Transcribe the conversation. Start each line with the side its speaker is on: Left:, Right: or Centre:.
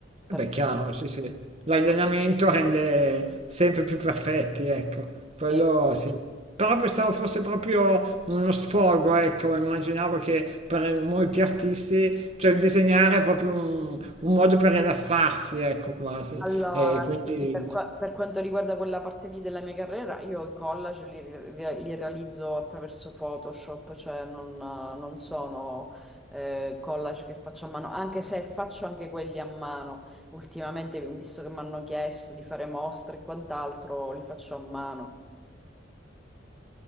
Right: Eh
Centre: Per
Right: Beh,
Centre: tutti,
Right: chiaro, sì, sì. L'allenamento rende sempre più perfetti, ecco,
Centre: sì.
Right: quello sì. Però pensavo fosse proprio uno sfogo, ecco, immaginavo che per molti artisti, cioè il disegnare è proprio un, un modo per rilassarsi, ecco, quasi.
Centre: Allora,
Right: E quindi...
Centre: sì, per, qua- per quanto riguarda quella parte lì della mia carriera, io i collage li, re- li realizzo attraverso Photoshop, cioè non, non sono eh, collage che faccio a mano, anche se faccio anche quelli a mano. Ultimamente, visto che mi hanno chiesto di fare mostre e quant'altro, li faccio a mano.